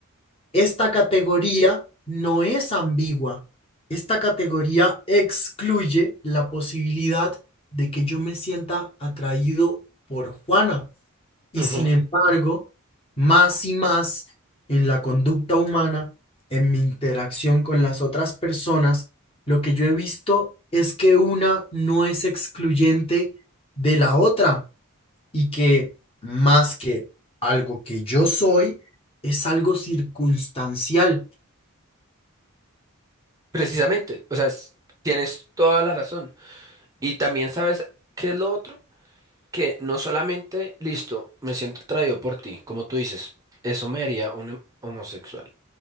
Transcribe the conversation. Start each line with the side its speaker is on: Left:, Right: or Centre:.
Left: esta categoría no es ambigua. Esta categoría excluye la posibilidad de que yo me sienta atraído por Juana. Y
Right: Ujú,
Left: sin embargo, más y más en la conducta humana, en mi interacción con las otras personas, lo que yo he visto es que una no es excluyente de la otra y que más que algo que yo soy, es algo circunstancial.
Right: Precisamente, o sea, es- tienes toda la razón. Y también sabes qué es lo otro, que no solamente, listo, me siento atraído por ti, como tú dices, eso me haría un homosexual.